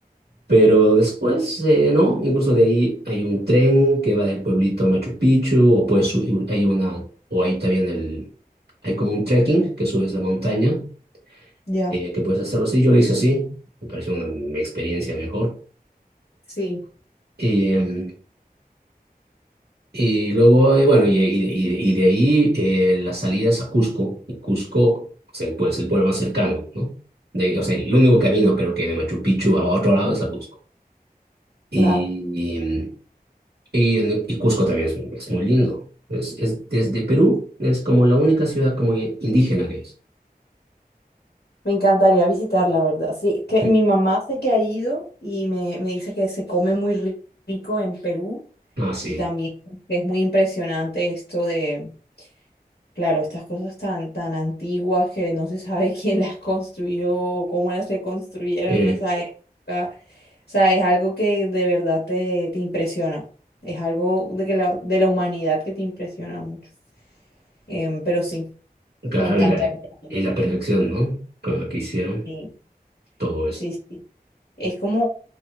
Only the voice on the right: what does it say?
pero después, eh, no, incluso de ahí hay un tren que va del pueblito a Machu Picchu o pues su- hay una, o ahí también el, hay como un trekking que subes la montaña
eh, que puedes hacerlo así. Yo lo hice así, me pareció una m- experiencia mejor.
Eh, y luego, eh, bueno, y, y de y de- y de ahí eh, las salidas a Cusco, y Cusco o sea, el, pue- es el pueblo más cercano, ¿no? De, o sea, el único camino creo que de Machu Picchu a otro lado es a Cusco. Y,
em, y, en- y Cusco también es, es muy lindo. Es, es desde Perú, es como la única ciudad como indígena que es.
Mm.
Ah, sí.
Eh,
claro,
y la,
y la perfección, ¿no? Con lo que hicieron
todo eso.